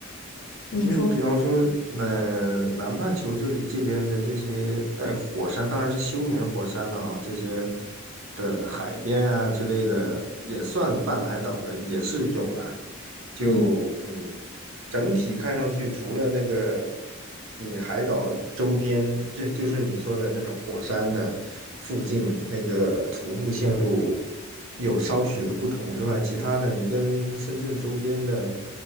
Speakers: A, on the left; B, on the right.
A: 你说，
B: 因为你比方说，那南半球这里这边的这些带火山，当然是休眠火山的啊，这些的海边啊之类的，也算半海岛的，也是有了。就嗯，
A: 嗯
B: 整体看上去，除了那个你海岛周边，这就是你说的那种火山的附近那个徒步线路有稍许的不同之外，其他的你跟深圳周边的。